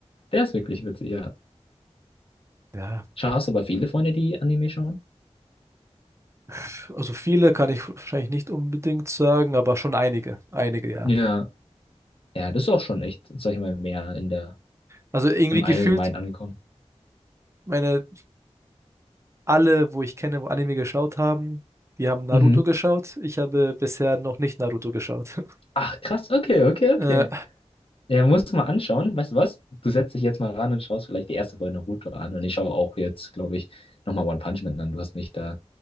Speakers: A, on the left (about 55°); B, on the right (about 25°).
A: Der ist wirklich witzig, ja.
B: Ja,
A: Schaust aber viele Freunde, die Anime schauen?
B: pf, also viele kann ich wahrscheinlich nicht unbedingt sagen, aber schon einige. Einige, ja.
A: Ja. Ja, das ist auch schon echt, sag ich mal, mehr in der,
B: Also irgendwie
A: im
B: gefühlt,
A: Allgemeinen angekommen.
B: meine alle, wo ich kenne, wo Anime geschaut haben, die haben Naruto
A: Mhm.
B: geschaut. Ich habe bisher noch nicht Naruto geschaut. <laughs>
A: Ach, krass, okay, okay, okay.
B: Äh,
A: Ja, musst du mal anschauen. Weißt du was? Du setzt dich jetzt mal ran und schaust vielleicht die erste Folge Naruto an. Und ich schaue auch jetzt, glaube ich, nochmal One Punch Man an. Du hast mich da